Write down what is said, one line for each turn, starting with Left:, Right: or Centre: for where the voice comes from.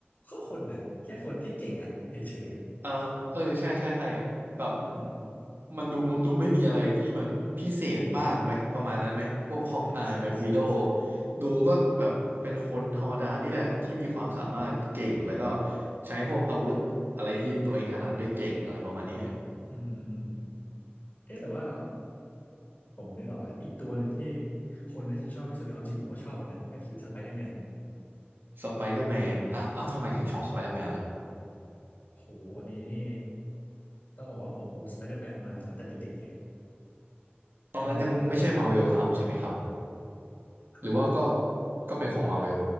Left: ก็คนน่ะแค่คนที่เก่งอะเฉยๆอะ
Right: เออ เออ ใช่ใช่ใช่แบบ
Left: เออ
Right: มันดู ดูไม่มีอะไรที่มัน พิเศษมากไหม ประมาณนั้นไหม พวกฮอกอายแบ็กวีโด
Left: ใช่ใช่ใช่ใช่
Right: ดูก็แบบ เป็นคนธรรมดานี่แหละ ที่มีความสามารถเก่ง แล้วก็ ใช้พวกอาวุธ อะไรที่ตัวเองถนัดได้เก่ง อะไรประมาณเนี้ย
Left: อืมฮึอืมฮึเอ๊ะแต่ว่าผมนึกออกแล้ว อีกตัวหนึ่งที่คนน่าจะชอบที่สุดเอาจริงๆผมก็ชอบเหมือนกันนะก็คือสไปเดอร์แมน
Right: สไปเดอร์แมนอ่ะเอ้าทำไมถึงชอบสไปเดอร์แมนล่ะ
Left: โหอันนี้นี่ต้องบอกว่าผมดูสไปเดอร์แมนมาตั้งแต่เด็กๆเลย
Right: ตอนนั้นยังไม่ใช่มาเวลทำใช่ไหมครับ
Left: อืมคือ
Right: หรือว่าก็ก็เป็นของมาเวล
Left: ผม